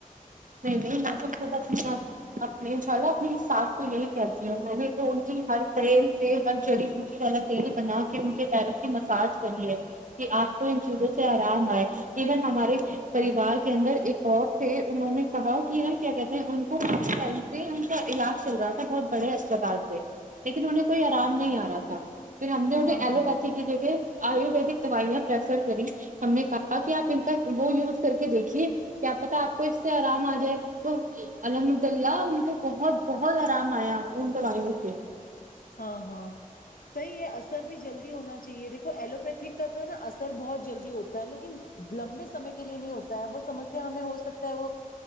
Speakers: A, on the right; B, on the left.
A: نہیں نہیں میں تو خود اپنی اپنے چالو اپنی ساس کو یہی کہتی ہوں میں نے تو ان کی ہر تیل سے ہر جڑی بوٹی والا تیل بنا کے ان کے پیروں کی مساج کری ہے کہ آپ کو ان چیزوں سے آرام آئے ایون ہمارے پریوار کے اندر ایک اور تھے انہوں نے کہا کہ ن کیا کہتے ہیں ان کو ٹائم سے ان کا علاج چل رہا تھا بہت بڑے اسپتال سے لیکن انہیں کوئی آرام نہیں آ رہا تھا پھر ہم نے انہیں
B: ہاں
A: ایلوپیتھی
B: ہاں
A: کی جگہ آیورویدک دوائیاں پریفر کری ہم نے کہا کہ آپ ان کا وہ یوز کر کے دیکھیے کیا پتا آپ کو سے آرام آ جائے تو الحمد اللہ ان کو بہت بہت آرام آیا ان دوائیوں سے
B: ہاں ہاں صحیح ہے اثر بھی جلدی ہونا چاہیے دیکھو ایلوپیتک کا تو ہے نا اثر بہت جلدی ہوتا ہے لیکن لمبے سمے کے لیے نہیں ہوتا ہے وہ سمسیا ہمیں ہو سکتا ہے وہ